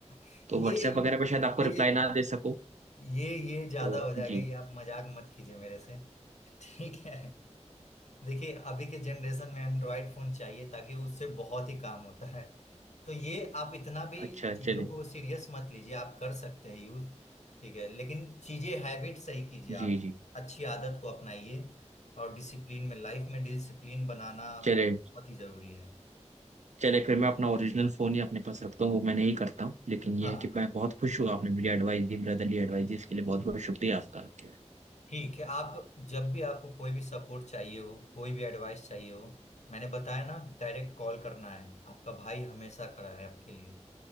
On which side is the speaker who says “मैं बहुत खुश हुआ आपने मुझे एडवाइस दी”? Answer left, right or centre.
Right